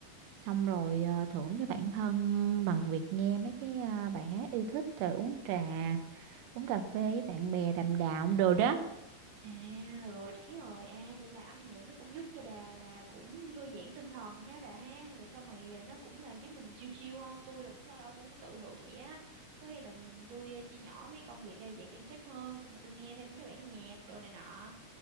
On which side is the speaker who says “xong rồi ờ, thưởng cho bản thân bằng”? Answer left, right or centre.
Right